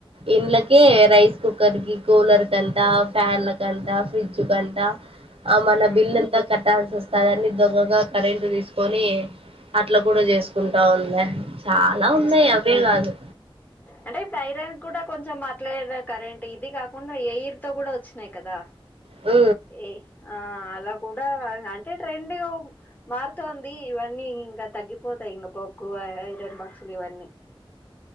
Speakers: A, on the right; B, on the left.
A: ఇంలకే రైస్ కుక్కర్ కి కూలర్ కంటా ఫ్యాన్లకంతా ఫ్రిడ్జ్ కంతా ఆ మన
B: ఉమ్
A: బిల్ అంత కట్టాల్సి వస్తదని దొంగగా కరెంట్ తీసుకొని అట్లా కూడ చేసుకుంటా <unintelligible> చాలా
B: ఉమ్
A: ఉన్నాయి అవే కాదు
B: అంటే థైరాయిడ్ కూడా కొంచెం అట్లే కదా కరెంటు ఇది కాకుండా ఎయిర్ కూడా వచ్చినాయి కదా
A: ఉ
B: ఏ ఆ అలా కూడ అంటే ట్రెండ్గా మారుతోంది ఇవన్నీ ఇంగా తగ్గిపోతాయి ఇంక బొగ్గు ఐరన్ బాక్సులు ఇవన్నీ